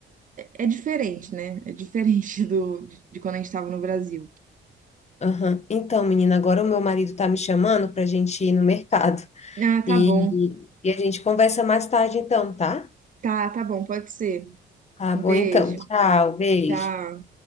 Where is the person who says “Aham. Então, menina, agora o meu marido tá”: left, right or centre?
Left